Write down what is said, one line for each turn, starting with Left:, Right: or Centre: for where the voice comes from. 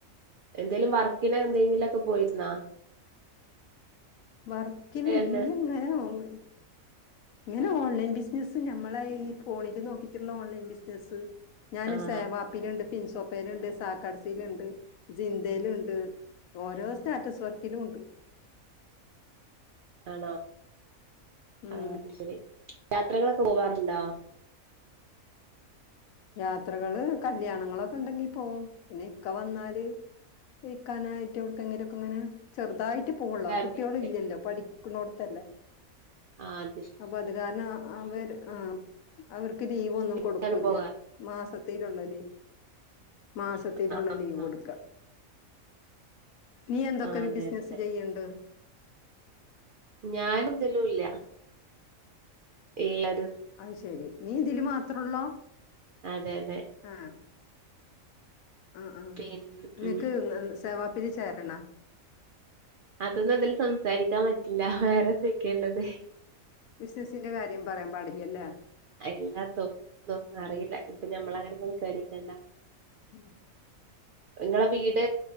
Right: എന്തേലും വർക്കിനെന്തെങ്കിലൊക്കെ പോയിർന്നോ
Left: വർക്കിന്
Right: തന്നെ
Left: ഇല്ലങ്ങനെ ഒന്ന് ങ്ങനെ ഓൺലൈൻ ബിസിനസ്സ് ഞമ്മളെ ഈ ഫോണില് നോക്കിട്ട്ള്ള ഓൺലൈൻ ബിസിനസ്സ് ഞാന്
Right: ആണോ
Left: സേവാപ്പില്ണ്ട് ഫിൻസോപ്പേല്ണ്ട് സാക്കട്സില്ണ്ട് സിന്തേല്ണ്ട് ഓരോ സ്റ്റാറ്റസ് വർക്കിലു ണ്ട്
Right: ആണോ
Left: ഉം
Right: ആ അഹ്ശരി യാത്രകളൊക്കെ പോവാറ്ണ്ടോ?
Left: യാത്രകള് കല്യാണങ്ങളൊക്കെ ണ്ടെങ്കി പോവും പിന്നെ ഇക്ക വന്നാല് വെയ്ക്കാനായിട്ട് യൗട്ക്കെങ്കിലൊക്കെങ്ങനെ ചെറ്തായിറ്റ് പോവള്ളോ
Right: ഫാമിലി
Left: കുട്ട്യോളില്ല്യല്ലോ പഠിക്ക്ണോട്ത്തല്ലേ
Right: ആത്
Left: അപ്പൊ അത് കാരണം അ അവര് ആഹ് അവർക്ക് ലീവൊന്നും കൊടുക്കൂല്ല്യ
Right: അങ്ങനെ പോകാറ്
Left: മാസത്തിലുള്ള ലീവ് മാസത്തിലുള്ള
Right: ആഹ്
Left: ലീവൊട്ക്ക
Right: ആഹ്
Left: നീ എന്തൊക്കെ
Right: ആഹ്
Left: ബിസിനസ്സ്
Right: അതെ അതെ
Left: ചെയ്യ്ണ്ട്
Right: ഞാനെന്ത്‌ലും ല്ല ഇല്ല
Left: അഹ്ശെരി നീ ഇതില് മാത്രൊള്ളോ
Right: അതെ അതെ
Left: ആഹ് ആ ആ
Right: പിൻ
Left: നിനക്ക്
Right: ഉം ഉം
Left: സേവാപ്പില് ചേരണ?
Right: അതൊന്നും തില് സംസാരിക്കാൻ പറ്റില്ല വേറെന്തൊക്കെള്ളത്?
Left: ബിസിനസ്സിന്റെ കാര്യം പറയാൻ പാടില്ല്യല്ലേ
Right: അല്ലാത്തോന്നും അറീല പ്പ ഞമ്മള ങ്ങനെ സംസാരിക്കണ്ടാ
Left: ഉം
Right: ങ്ങളെ വീട്